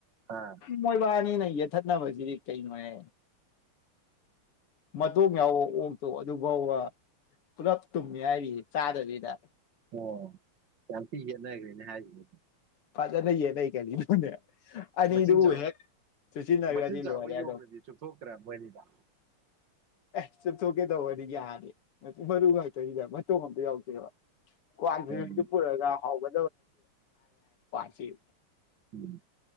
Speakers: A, on the right (about 55°); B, on the left (about 85°).
A: ꯑꯥ
B: ꯃꯣꯏꯕꯅꯤ ꯂꯩ ꯌꯦꯊꯠꯅꯕꯁꯤꯗꯤ ꯀꯩꯅꯣꯍꯦ ꯃꯇꯣꯡ ꯌꯥꯎꯕ ꯑꯣꯛꯇꯣ ꯑꯗꯨꯐꯥꯎꯕ ꯄꯨꯂꯞ ꯇꯨꯝꯃꯦ ꯍꯥꯏꯔꯤ ꯆꯥꯗꯕꯤꯗ
A: ꯑꯣ <unintelligible> <unintelligible>
B: <unintelligible> ꯑꯅꯤꯗꯨꯕꯨ
A: ꯃꯆꯤꯟ ꯆꯥꯎ
B: ꯍꯦꯛ ꯆꯨꯁꯤꯟꯅꯔꯒꯗꯤ
A: ꯃꯆꯤꯟ ꯆꯥꯎꯕ
B: ꯂꯣꯏꯔꯦ ꯑꯗꯨꯝ
A: ꯌꯣꯡꯗꯨꯗꯤ ꯆꯨꯞꯊꯣꯛꯇ꯭ꯔꯥ ꯃꯣꯏꯅꯤꯗꯣ
B: ꯑꯦ ꯆꯨꯞꯊꯣꯛꯀꯦ ꯇꯧꯕꯅꯤ ꯌꯥꯔꯦ ꯃꯔꯨ ꯉꯥꯛꯇꯅꯤꯅ ꯃꯇꯣꯡ ꯑꯝꯇ ꯌꯥꯎꯗꯦꯕ ꯀꯥꯟꯗꯦꯁꯗꯤ
A: ꯎꯝ
B: ꯄꯨꯔꯒ ꯍꯥꯎꯕ <unintelligible>
A: ꯎꯝ